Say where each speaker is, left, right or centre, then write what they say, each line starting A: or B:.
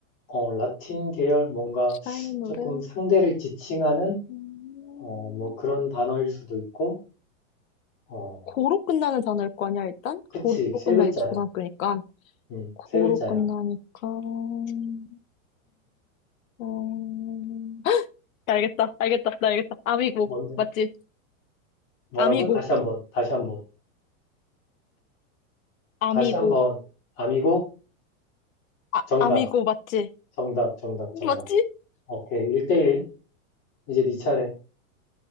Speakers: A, on the left; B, on the left.
A: 어, 라틴 계열 뭔가
B: 샤이니 노래
A: 조금 상대를 지칭하는
B: 음,
A: 어, 뭐 그런 단어일 수도 있고. 어,
B: 고로 끝나는 단어일 거 아니야 일단
A: 그치.
B: 고로
A: 세
B: 끝나게
A: 글자야.
B: 초등학교니까
A: 응,
B: 고로
A: 세 글자야.
B: 끝나니까 음, 음. 헉! 나 알겠다 알겠다 나 알겠다 아미고
A: 뭔데?
B: 맞지?
A: 뭐라고?
B: 아미고
A: 다시 한번. 다시 한번.
B: 아미고
A: 다시 한번. 아미고
B: 아
A: 정답.
B: 아미고 맞지?
A: 정답. 정답. 정답.
B: 맞지?
A: 오케이. 1대1. 이제 네 차례.